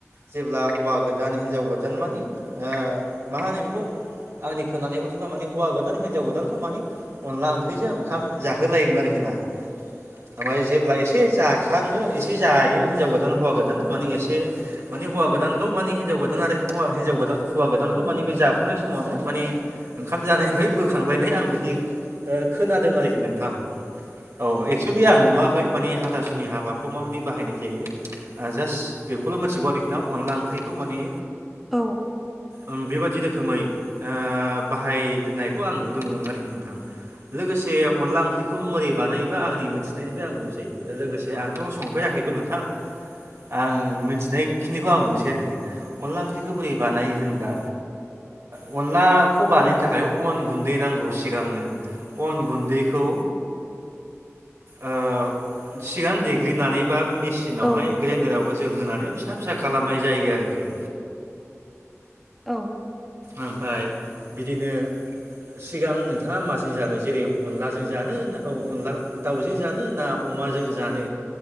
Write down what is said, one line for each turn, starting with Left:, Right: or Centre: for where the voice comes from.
Right: जेब्ला हौवा गोद दान हिनजाव गोदान मानि ओ मा होनो बेखौ आंनि खोनानाय मथेबा माने हौवा गोदान हिनजाव गोदानखौ माने अनला ओंख्रिजों ओंखाम जाहोलायोमोन आरोखि ना ना ओफाय जेब्ला एसे जाखाङो एसे जायो हिनजाव गोदान हौवा गोदाना माने एसे माने हौवा गोदानखौ माने हि हिनजाव गोदान आरो हौवा हिजाव गोदा हौवा गोदानखौ माने बे जाफुनाय समावनो माने ओंखाम जानायनिफ्राय बोखां <unintelligible> आं बिदि ओ खोनादों आरोखि नोंथां। औ एक्सुलि आं नुवाखै माने हाथासुनि हाबाखौ माबायदि बाहायनाय जायो ओ जास्ट बेखौल मिथिगौ आरोखि ना अनला ओंख्रिखौ माने
Centre: औ
Right: ओम बेबायदि रोखोमै ओ बाहायनायखौ आं नुदोंमोन आरोखि नोंथा लोगोसे अनला ओंख्रिखौ मोरै बानायोबा आंनि मिथिनायनिफ्राय आं बुंनोसै लोगोसे आंथ संफेरा- बेबो नोंथां आं मिथिनायखिनिखौ आं बुंनोसै आरोखि अनला ओंख्रिखौ बोरै बानायो होनबा ओ अनलाखौ बानायनो थाखाय अन गुन गुन्दै नांगौ सिगांनो अन गुन्दैखौ ओ सिगां देग्लिनानैबा मि मेचसिनावहाय
Centre: औ
Right: ग्रेनदाराव जों होनानै फिसा फिसा खालामनाय जायो आरोखि
Centre: औ
Right: ओमफ्राय बिदिनो सिगां नोंथाङा माजों जानो जेरै अनलाजों जानो ना अनला दाउजों जानो ना अमाजों जानो